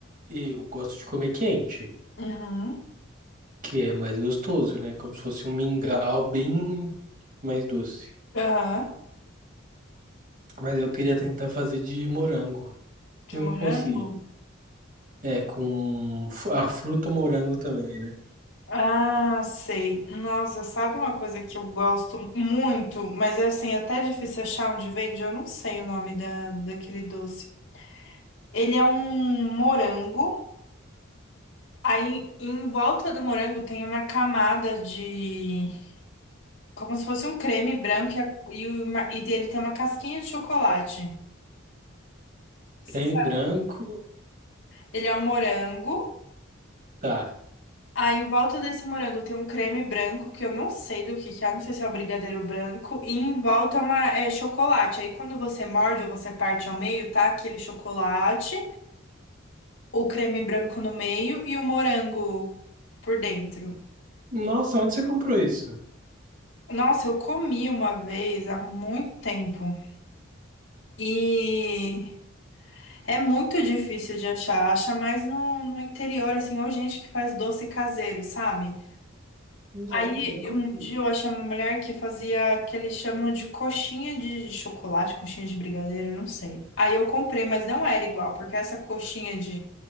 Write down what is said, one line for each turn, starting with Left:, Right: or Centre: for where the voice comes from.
Right: eu gosto de comer quente,
Left: Uhum.
Right: que é mais gostoso, né? Como se fosse um mingau bem mais doce.
Left: Aham.
Right: Mas eu queria tentar fazer de morango.
Left: De
Right: Não
Left: morango?
Right: consegui. É, com fu- a fruta morango também, né?
Left: Ah, sei. Nossa, sabe uma coisa que eu gosto muito, mas é assim, é até difícil achar onde vende? Eu não sei o nome da, daquele doce. Ele é um morango, aí em volta do morango tem uma camada de. Como se fosse um creme branco e, a- e, uma- e ele tem uma casquinha de chocolate. Você
Right: Creme
Left: sabe?
Right: branco,
Left: Ele é um morango.
Right: tá.
Left: Aí em volta desse morango tem um creme branco que eu não sei do que que é, não sei se é o brigadeiro branco, e em volta é uma, é chocolate. Aí quando você morde ou você parte ao meio, tá aquele chocolate, o creme branco no meio e o morango por dentro.
Right: Nossa, onde você comprou isso?
Left: Nossa, eu comi uma vez há muito tempo e é muito difícil de achar. Acha mais no, no interior, assim, ou gente que faz doce caseiro, sabe?
Right: Nossa,
Left: Aí,
Right: eu nunca
Left: um
Right: fiz.
Left: dia eu achei uma mulher que fazia que eles chamam de coxinha de chocolate, coxinha de brigadeiro, eu não sei. Aí eu comprei, mas não era igual, porque essa coxinha de,